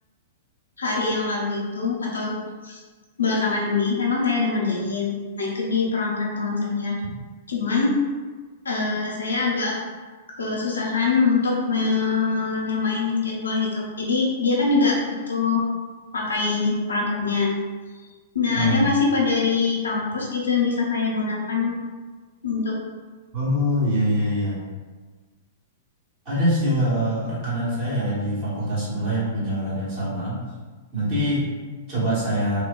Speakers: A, on the left (about 70°); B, on the right (about 35°).
A: hari yang lalu itu atau belakangan ini emang saya udah ngerjain. Nah, itu di perangkat teman saya. Cuman eh, saya agak kesusahan untuk menyamain jadwal gitu. Jadi dia kan juga butuh pakai perangkatnya. Nah,
B: Aha.
A: ada nggak sih Pak dari kampus gitu yang bisa saya gunakan untuk...
B: Oh iya iya iya. Ada sih wa- rekanan saya ya di fakultas sebelah yang punya alat yang sama. Nanti coba saya